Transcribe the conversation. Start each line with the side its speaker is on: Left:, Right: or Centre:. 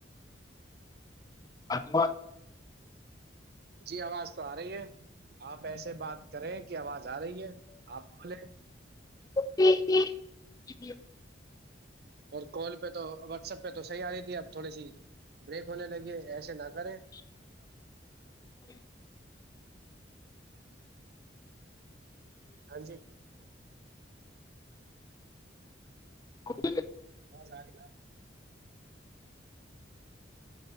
Left: اتب
Right: جی آواز تو آ رہی ہے آپ ایسے بات کریں کہ آواز جا رہی ہے آپ بولے
Left: ہی ج
Right: اور کال پہ تو واٹسپ پہ تو صحیح آ رہی تھی اب تھوڑی سی بریک ہونے لگیے ایسے نہ کریں
Left: جی
Right: ہاں جی
Left: <inaudible>
Right: بت ز رہی ن